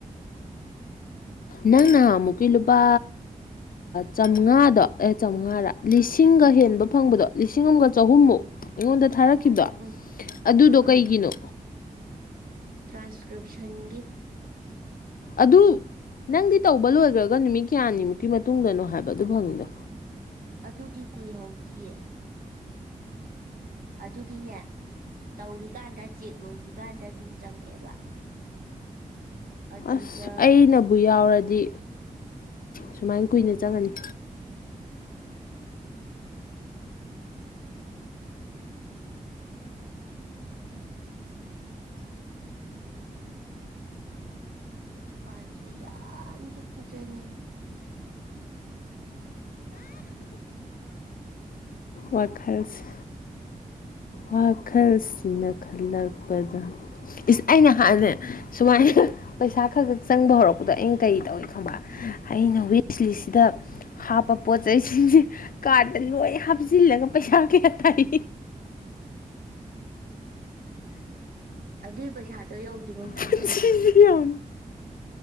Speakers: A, on the left; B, on the right.
A: ꯅꯪꯅ ꯑꯃꯨꯛꯀꯤ ꯂꯨꯄꯥ ꯆꯥꯝꯃꯉꯥꯗꯣ ꯑꯦ ꯆꯥꯝꯃꯉꯥꯔ ꯂꯤꯁꯤꯡꯒ ꯍꯦꯟꯕ ꯐꯪꯕꯗꯣ ꯂꯤꯁꯤꯡ ꯑꯃꯒ ꯆꯍꯨꯝꯃꯨꯛ
B: ꯎꯝ
A: ꯑꯩꯉꯣꯟꯗ ꯊꯥꯔꯛꯈꯤꯕ
B: ꯎꯝ ꯎꯝ ꯎꯝ
A: ꯑꯗꯨꯗꯣ
B: ꯑꯥ
A: ꯀꯩꯒꯤꯅꯣ
B: ꯑꯥ ꯇ꯭ꯔꯥꯟꯁꯀ꯭ꯔꯤꯞꯁꯟꯒꯤ
A: ꯑꯗꯨ ꯅꯪꯗꯤ ꯇꯧꯕ ꯂꯣꯏꯈ꯭ꯔꯒ ꯅꯨꯃꯤꯠ ꯀꯌꯥꯅꯤꯃꯨꯛꯀꯤ ꯃꯇꯨꯡꯗꯅꯣ ꯍꯥꯏꯕ ꯑꯗꯨ ꯐꯪꯉꯤꯅꯣ
B: ꯑꯗꯨꯗꯤ ꯀꯨꯏꯍꯧꯗꯤꯌꯦ ꯑꯗꯨꯗꯤꯅꯦ ꯇꯧꯔꯤꯀꯥꯟꯗ ꯆꯦꯛ ꯂꯣꯏꯗ꯭ꯔꯤ ꯀꯥꯟꯗ ꯑꯗꯨꯝ ꯆꯪꯉꯛꯑꯦꯕ ꯑꯗꯨꯗ
A: ꯑꯁ ꯑꯩꯅꯕꯨ ꯌꯥꯎꯔꯗꯤ ꯁꯨꯃꯥꯏ ꯀꯨꯏꯅ ꯆꯪꯉꯅꯤ
B: ꯑꯥ ꯍꯧꯖꯤꯛꯀꯥꯟꯁꯦ ꯌꯥꯝꯁꯨ ꯐꯖꯅꯤꯡ
A: ꯋꯥꯈꯜꯁꯦ ꯋꯥꯈꯜꯁꯤꯅ ꯈꯜꯂꯛꯄꯗ ꯑꯩꯅ ꯍꯥꯟꯅ ꯁꯨꯃꯥꯏꯅ ꯄꯩꯁꯥ ꯈꯥꯥ ꯈꯛ ꯆꯪꯕ ꯍꯧꯔꯛꯄꯗꯣ ꯑꯩꯅ ꯀꯔꯤ ꯇꯧꯋꯤ ꯈꯪꯕ ꯑꯩꯅ ꯋꯤꯁꯂꯤꯁꯤꯗ ꯍꯥꯞꯄ ꯄꯣꯠ ꯆꯩꯁꯤꯡꯁꯦ ꯀꯥꯔꯠꯇ ꯂꯣꯏ ꯍꯥꯞꯆꯤꯜꯂꯒ ꯄꯩꯁꯥ ꯀꯌꯥ ꯊꯥꯏ
B: ꯑꯗꯨꯏ ꯄꯩ ꯁꯥꯗꯣ ꯌꯧꯗ꯭ꯔꯤꯕꯧ ꯇꯥꯟꯁꯜꯂꯣ
A: ꯄꯨꯟꯁꯤꯁꯦ ꯌꯥꯝ